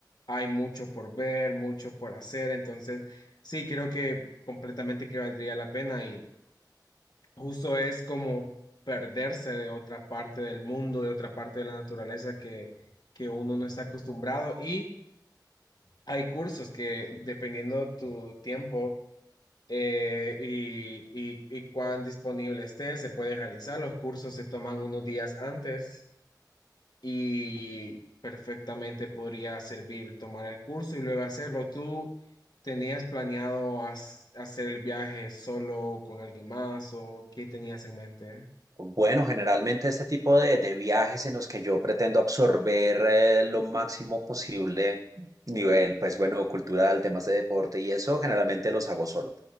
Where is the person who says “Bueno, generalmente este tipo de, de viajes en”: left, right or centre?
Right